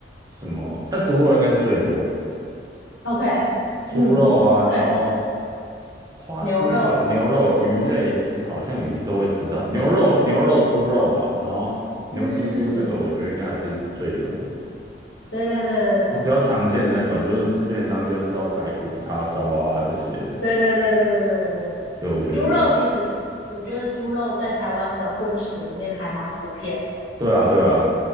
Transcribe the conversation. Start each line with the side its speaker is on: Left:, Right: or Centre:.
Right: 什么，但猪肉应该是最多。
Left: ？OK，
Right: 猪肉啊，
Left: 嗯，
Right: 然后
Left: 对，
Right: 花枝可牛肉、
Left: 牛肉，
Right: 鱼类其实好像也是都会吃到，牛肉、牛肉、猪肉吧，然后牛鸡猪这个我觉得应该还是最多的，
Left: 嗯，对对对对
Right: 就比较常见的那种，就是吃便当就会吃到排骨、叉烧啊这些的。
Left: 对对对对对对对对，
Right: 对，我觉得，
Left: 猪肉其实我觉得猪肉在台湾的荤食里面还蛮普遍的，
Right: 对啊，对啊，